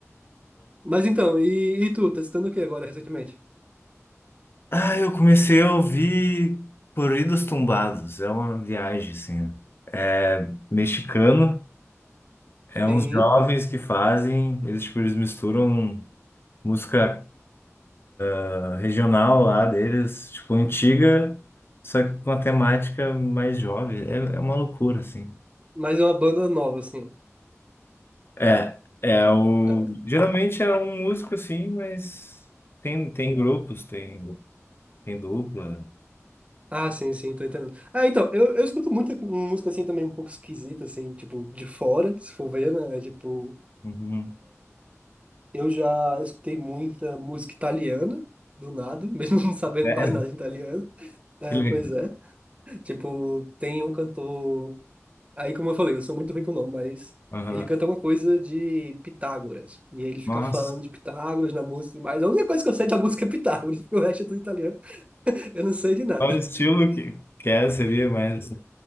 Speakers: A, on the right; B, on the left.
A: Mas então, e, e tu, tá escutando o que agora recentemente?
B: Ah, eu comecei a ouvir Corridos Tumbados. É uma viagem, assim. É Mexicano. É uns
A: Sim,
B: jovens que fazem. Eles, tipo, eles misturam música ah, regional lá deles, tipo, antiga, só que com a temática mais jovem. É, é uma loucura, assim.
A: mas é uma banda nova, assim.
B: É, é o...
A: É,
B: Geralmente é um músico, assim, mas tem, tem grupos, tem, tem dupla.
A: Ah, sim, sim, tô entendendo. Ah, então, eu, eu escuto muita música assim também um pouco esquisita, assim, tipo, de fora, se for ver, né? é, Tipo.
B: Uhum.
A: Eu já escutei muita música italiana, do nada, mesmo <laughs> não sabendo
B: É,
A: quase nada de italiano. É,
B: que legal.
A: pois é. Tipo, tem um cantor. Aí, como eu falei, eu sou muito ruim pro nome, mas
B: Aham.
A: ele canta alguma coisa de Pitágoras. E aí ele fica
B: Nossa.
A: falando de Pitágoras na música, mas a única coisa que eu sei da música é Pitágoras, porque o resto é tudo italiano, eu não sei de nada.
B: Qual o estilo que quer seria mais assim?